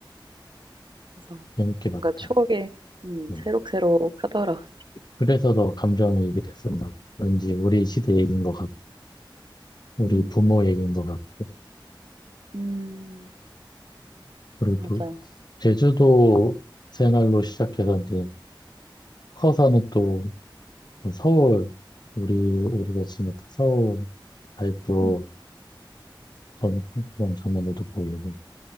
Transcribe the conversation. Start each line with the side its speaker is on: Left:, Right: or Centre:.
Right: 그래서
Left: 재밌게 봤다.
Right: 뭔가 추억이 음
Left: 네.
Right: 새록새록하더라.
Left: 그래서 더 감정이입이 됐었나. 봐. 왠지 우리 시대 얘기인 것 같고 우리
Right: 음.
Left: 부모
Right: 음
Left: 얘기인 것 같고
Right: 음,
Left: 그리고
Right: 맞아.
Left: 또
Right: 음.
Left: 제주도 생활로 시작해서 이제 커서는 또 뭐 서울 우리 우리가 지냈던 서울 아직도
Right: 음.
Left: 그런 그런 장면들도 보이고